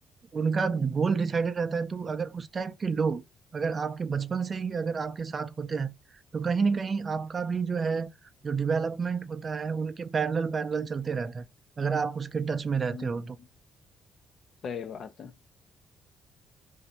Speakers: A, on the right; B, on the left.
A: उनका गोल डिसाइडेड रहता है तो अगर उस टाइप के लोग अगर आपके बचपन से ही अगर आपके साथ होते हैं तो कहीं ना कहीं आपका भी जो है जो डेवलपमेंट होता है उनके पैरेलल पैरेलल चलते रहता है अगर आप उसके टच में रहते
B: हम्म।
A: हो तो
B: सही बात है